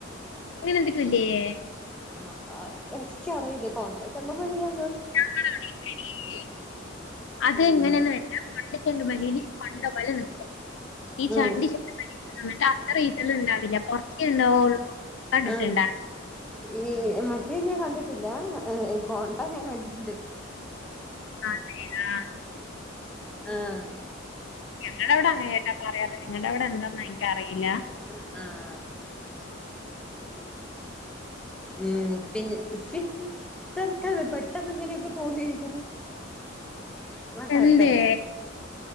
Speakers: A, on the left; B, in the centre.
A: അങ്ങനെ എന്തൊക്കല്ലേയ്.
B: ആ ക്കറിയില്ല കൊണ്ട ചെന്നാപണിയ.
A: ഞങ്ങടെവടെ ഇല്ലടി അത്
B: ഉം
A: എങ്ങനെയന്നവചാ <unintelligible> പണ്ട പോലെ നിക്കും ഈ ചണ്ടി
B: ഉം
A: ചിട്ട് അത്ര ഇതല ഉണ്ടാവില്ല കുറച്ചേ ഉണ്ടാവുള്ളൂ കണ്ടിട്ടുണ്ടാ
B: ആഹ ഈ മറ്റേ ഞാൻ കണ്ടിട്ട. കണ്ടിട്ടില്ല കോണ്ട ഞാൻ കണ്ടിട്ടുണ്ട്
A: അതെയാ.
B: ആഹ
A: ഞങ്ങടെവടെ അങ്ങനക്കാ പറയുന്നെ നിങ്ങളടെ വിടെ എന്താന്ന് എനിക്കറിയില്ല.
B: ആഹ ആഹ് ഉം പിന്നെ ഇതെന്താണ് പെട്ടെന്ന് എങ്ങനെയൊക്കെ തോന്നിയിരിന്നു. വാട്ട്
A: എന്തേ
B: ഹാപ്പെൻഡ്